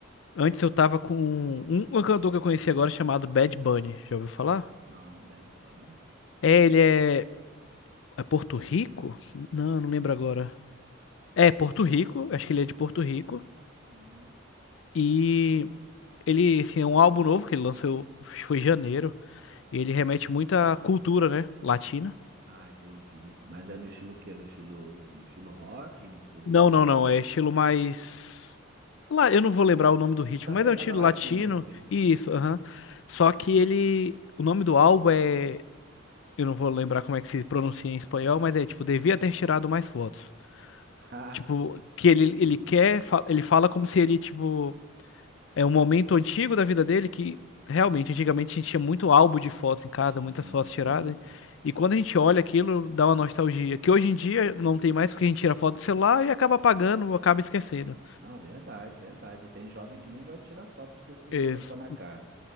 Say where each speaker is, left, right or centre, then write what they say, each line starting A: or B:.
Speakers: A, on the left; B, on the right.
A: antes eu tava com um, um cantor que eu conheci agora chamado Bad Bunny. Já ouviu falar?
B: Não, Bad Bunny.
A: É, ele é. É Porto Rico? Não, não lembro agora. É, Porto Rico, acho que ele é de Porto Rico.
B: Hum.
A: E ele, assim, é um álbum novo que ele lançou, acho que foi em janeiro. E ele remete muito à cultura, né? Latina.
B: Ah, entendi. Mas é no estilo o quê? No estilo, no estilo rock, no estilo
A: Não, não, não. É estilo mais. Lá, eu não vou lembrar o nome do ritmo,
B: Essa
A: mas
B: pegada
A: é um estilo
B: latina
A: latino.
B: aí mesmo,
A: Isso,
B: né?
A: aham. Só que ele. O nome do álbum é. Eu não vou lembrar como é que se pronuncia em espanhol, mas é tipo, devia ter tirado mais fotos.
B: <laughs> Ah,
A: Tipo, que
B: entendi.
A: ele, ele quer. fa- Ele fala como se ele, tipo. É um momento antigo da vida dele que realmente, antigamente a gente tinha muito álbum de fotos em casa,
B: Tinha,
A: muitas fotos
B: tinha.
A: tiradas. E quando a gente olha aquilo, dá uma nostalgia. Que hoje em dia não tem mais porque a gente tira foto do celular e acaba apagando, ou acaba esquecendo.
B: Não, verdade, verdade. Tem jovem que nem gosta de tirar foto porque tu
A: Esse-
B: tampa na cara.